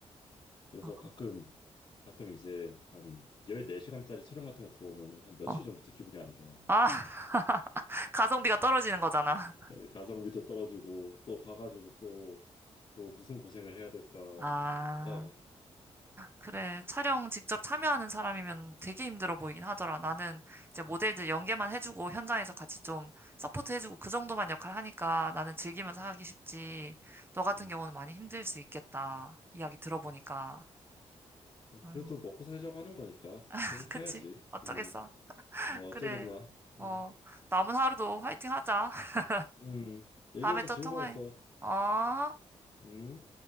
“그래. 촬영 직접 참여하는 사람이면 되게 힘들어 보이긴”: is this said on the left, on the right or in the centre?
Right